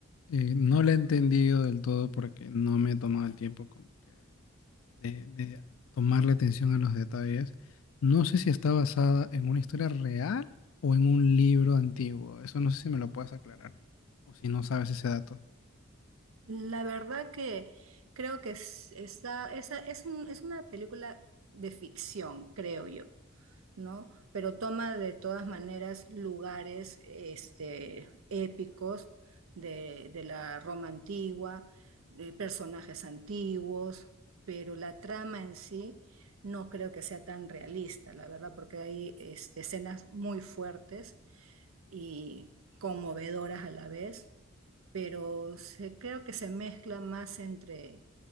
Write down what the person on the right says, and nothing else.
La verdad que creo que es, esa, esa- es un- es una película de ficción, creo yo. ¿no? Pero toma de todas maneras lugares este, épicos de, de la Roma antigua, de personajes antiguos, pero la trama en sí no creo que sea tan realista, la verdad, porque hay este, escenas muy fuertes y conmovedoras a la vez, pero se- creo que se mezcla más entre,